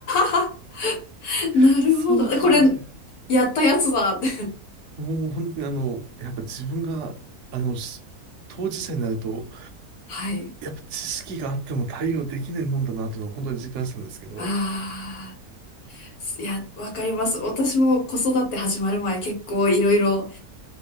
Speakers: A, on the left; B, on the right.
A: はは <laughs>
B: <laughs>
A: なるほど。
B: そうかって。
A: これ、やったやつだって。
B: もう本当にあの、やっぱ自分が、あの、し当事者になると、
A: はい。
B: やっぱ知識があっても対応できないもんだなっていうのを本当に実感したんですけど、
A: ああ、いや、わかります。私も子育て始まる前、結構いろいろ